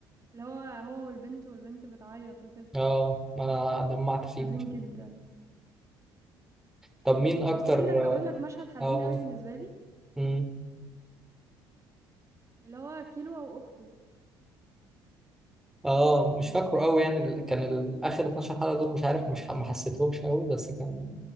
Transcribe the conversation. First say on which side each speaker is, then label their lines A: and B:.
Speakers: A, on the right; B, in the centre.
A: اللي هو هو والبنت والبنت بتعيط وكده
B: اه انا دمعت فيه
A: حزين
B: مش...
A: جدا
B: طب مين اكتر
A: اقول لك اقول لك مشهد حزين
B: اه
A: قوي بالنسبه لي
B: امم
A: اللي هو كيلو واخته
B: اه مش فاكره قوي يعني ال- كان ال- اخر 12 حلقة دول مش عارف مش ح... ما حسيتهمش قوي بس كان